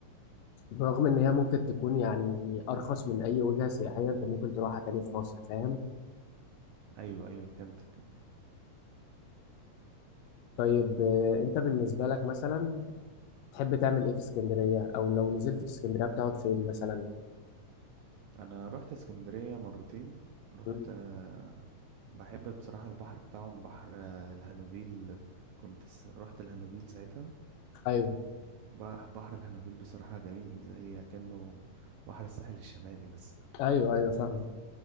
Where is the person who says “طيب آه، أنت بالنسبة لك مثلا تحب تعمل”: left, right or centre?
Left